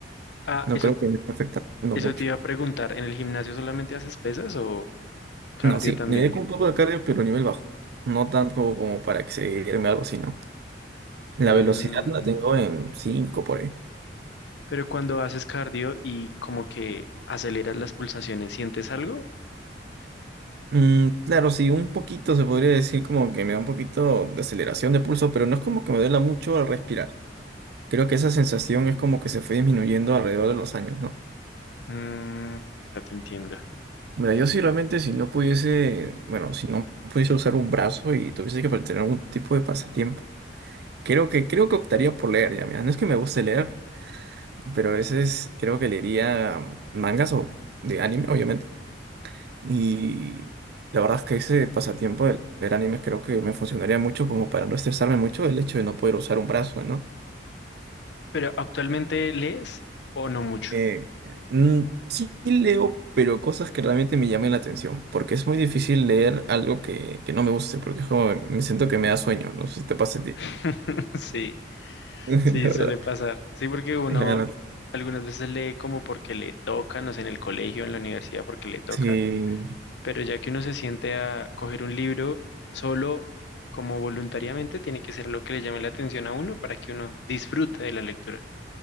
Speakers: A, on the left (about 70°); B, on the right (about 60°).
A: ah,
B: no
A: eso,
B: creo que me esté afectando
A: eso
B: mucho.
A: te iba a preguntar, ¿en el gimnasio solamente haces pesas o cardio
B: No, sí,
A: también?
B: me dedico un poco de cardio, pero a nivel bajo. No tanto como, como para excederme o algo así, ¿no? La
A: Mm,
B: velocidad la tengo en 5 por ahí.
A: pero cuando haces cardio y como que aceleras las pulsaciones, ¿sientes algo?
B: Mm, claro, sí, un poquito se podría decir como que me da un poquito de aceleración de pulso, pero no es como que me duela mucho al respirar. Creo que esa sensación es como que se fue disminuyendo alrededor de los años, ¿no?
A: Mm, ya te entiendo.
B: Mira, yo si realmente si no pudiese, bueno, si no pudiese usar un brazo y tuviese que tener algún tipo de pasatiempo, creo que, creo que optaría por leer, ya, mira, no es que me guste leer, pero a veces creo que leería mm, mangas o de anime, obviamente, y la verdad es que ese pasatiempo de leer animes creo que me funcionaría mucho como para no estresarme mucho el hecho de no poder usar un brazo, ¿no?
A: Pero actualmente lees o no mucho.
B: Eh, mm, sí leo, pero cosas que realmente me llamen la atención, porque es muy difícil leer algo que, que no me guste, porque es como, me siento que me da sueño, no sé si te pasa a ti,
A: <laughs> Sí,
B: <laughs> la
A: sí,
B: verdad.
A: suele pasar. Sí, porque uno
B: Claro,
A: algunas veces lee como porque le toca, no sé, en el colegio, en la universidad, porque le toca,
B: sí,
A: pero ya que uno se siente a coger un libro solo como voluntariamente, tiene que ser lo que le llame la atención a uno para que uno disfrute de la lectura.